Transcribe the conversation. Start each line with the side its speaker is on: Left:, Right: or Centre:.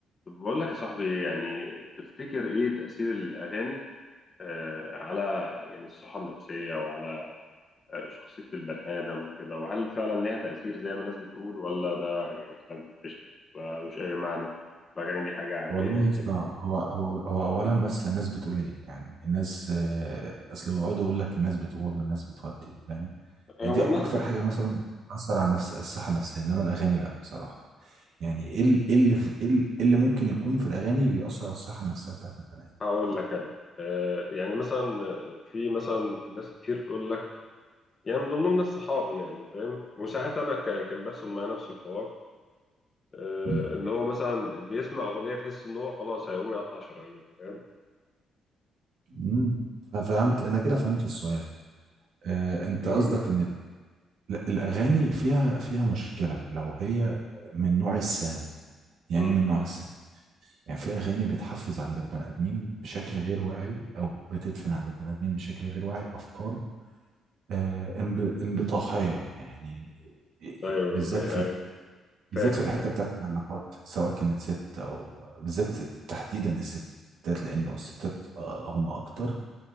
Left: طب بقول لك يا صاحبي يعني تفتكر ايه تأثير الأغاني آه على يعني الصحة النفسية وعلى آه شخصية البني آدم وكده وهل فعلا ليها تأثير زي ما الناس بتقول ولا ده يعني كلام في الفشت ملوش أي معنى الأغاني دي حاجة عادية
Right: والله
Left: وكده
Right: يا اسطى هو هو هو اولا بس الناس بتقول ايه يعني الناس آه، اصل بيقعدوا يقول لك الناس بتقول والناس بتودي فاهم
Left: آه،
Right: دي
Left: والناس
Right: اكتر حاجه مثلا بتاثر على النفس الصحه النفسيه انما الاغاني لا بصراحه يعني ايه ال- إيه اللي في- إيه ال- إيه اللي ممكن يكون في الاغاني بيأثر على الصحه النفسيه بتاعت البني ادم
Left: هقول لك أنا آه يعني مثلا آه، في مثلا ناس كتير تقول لك يعني من ضمنهم ناس صحابي يعني فاهم وساعات أنا ك- كان بيحصل معايا نفس الحوار آه،
Right: امم
Left: ان هو مثلا بيسمع اغنيه تحس ان هو خلاص هيقوم يقطع شرايين فاهم
Right: أمم. ففهمت انا كده فهمت السؤال آه، انت
Left: فاهمني؟
Right: قصدك ان ال- الاغاني فيها فيها مشكله لو هي من نوع السام يعني
Left: امم
Right: إيه من نوع السام يعني في اغاني بتحفز عند البني ادمين بشكل غير واعي او بتدفن عند البني ادمين بشكل غير واعي افكار آه، انب- انبطاحيه يعني آه،
Left: ايوه
Right: آه، بالذات
Left: يعني
Right: في بالذات
Left: فاهم
Right: في الحته بتاعت العلاقات سواء كانت ست او بالذات تحديدا الستات لانه الستات آه، هم اكتر